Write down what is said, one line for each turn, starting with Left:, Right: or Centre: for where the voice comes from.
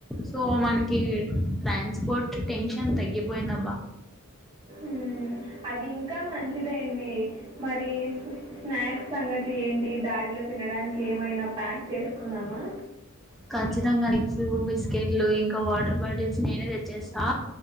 Centre: సో మనకి ట్రాన్స్పోర్ట్ టెన్షన్ తగ్గిపోయిందబ్బా
Right: మ్మ్. అది ఇంకా మంచిదయింది మరి స్నాక్స్ సంగతి ఏంటి దారిలో తినడానికి ఏమైనా ప్యాక్ చేసుకున్నా మా
Centre: ఖచ్చితంగా ఎగ్స్ బిస్కెట్లు ఇంకా వాటర్ బాటిల్స్ నేనే తెచ్చేస్తా